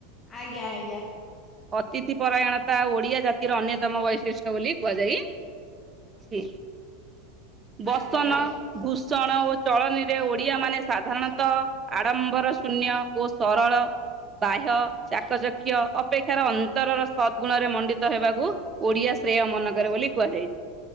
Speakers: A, on the left; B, on the right.
A: ଆଜ୍ଞା ଆଜ୍ଞା ।
B: ଅତିଥି ପରାୟଣତା ଓଡିଆ ଜାତିର ଅନ୍ୟତମ ବୈଶିଷ୍ଟ୍ୟ ବୋଲି କୁହାଯାଇଛି। ବସନ
A: ଆଜ୍ଞା ଆଜ୍ଞା।
B: କୁଷ ଷଣ ଓ ଚଳନୀରେ ଓଡିଆ ମାନେ ସାଧାରଣତଃ ଆଡ଼ମ୍ବର ଶୂନ୍ୟ ଓ ସରଳ ବାହ୍ୟ ଚାକଚକ୍ୟ ଅପେକ୍ଷାର ଅନ୍ତରର ସଦଗୁଣରେ ମଣ୍ଡିତ ହେବାକୁ ଓଡିଆ ଶ୍ରେୟମନକରେ ବୋଲି କୁହାଯାଇଛି ।